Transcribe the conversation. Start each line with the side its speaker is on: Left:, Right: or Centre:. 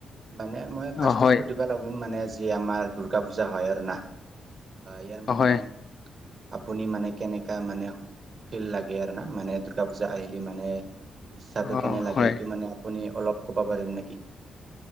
Right: মানে মই ফাৰ্ষ্টট
Left: অ হয়
Right: সুধিব ল মানে যি আমাৰ দূৰ্গা পূজা হয় আৰু না ইয়াৰ মানে
Left: অ হয়
Right: আপুনি মানে কেনেকা মানে ফিল লাগে আৰু না মানে দৰ্গা পূজা আহিলে মানে উৎসাহটো
Left: অ
Right: কেনে লাগে
Left: হয়
Right: এইটো মানে আপুনি অলপ ক'ব পাৰিম নেকি।